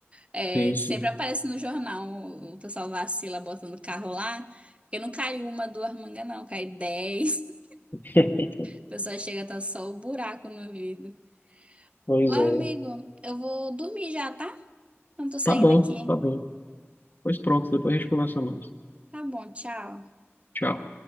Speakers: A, on the right (about 25°); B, on the left (about 45°).
A: É,
B: sim,
A: sempre
B: sim.
A: aparece no jornal, o o pessoal vacila botando carro lá, porque não cai uma, duas mangas, não, cai dez. <laughs>
B: <laughs>
A: O pessoal chega, tá só o buraco no vidro.
B: Pois
A: Ó, amigo,
B: é.
A: eu vou dormir já, tá? Não tô saindo
B: Tá bom,
A: aqui.
B: tá bom. Pois pronto, depois a gente conversa mais.
A: Tá bom, tchau.
B: Tchau.